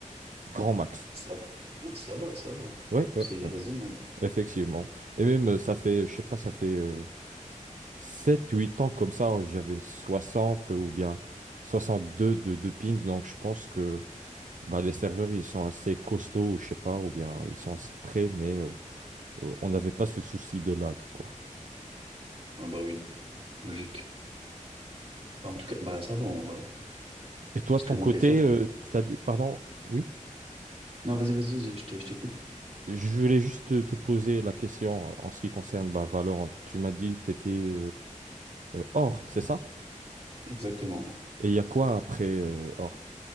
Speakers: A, on the right; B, on the right.
A: grand max.
B: Ça, ah, ça va, ça va.
A: Ouais, ouais,
B: C'est
A: ouais,
B: raisonnable.
A: effectivement. Et même, euh, ça fait, je sais pas, ça fait euh, Sept huit ans comme ça, j'avais 60 ou bien 62 de, de ping. Donc, je pense que bah, les serveurs, ils sont assez costauds, je sais pas, ou bien ils sont assez prêts, mais euh, euh, on n'avait pas ce souci de lag, quoi.
B: Ah bah oui, logique. Bah, en tout
A: Et, t-
B: cas, bah ça va en vrai.
A: et toi,
B: Parce
A: de
B: que
A: ton
B: bon,
A: côté,
B: des fois...
A: euh, t'as dit, pardon, oui?
B: Non, vas-y, vas-y, je je t'ai- je t'écoute.
A: Je voulais juste te, te poser la question en ce qui concerne bah, Valorant. Tu m'as dit que tu étais Or, c'est ça?
B: Exactement.
A: Et il y a quoi après euh, Or?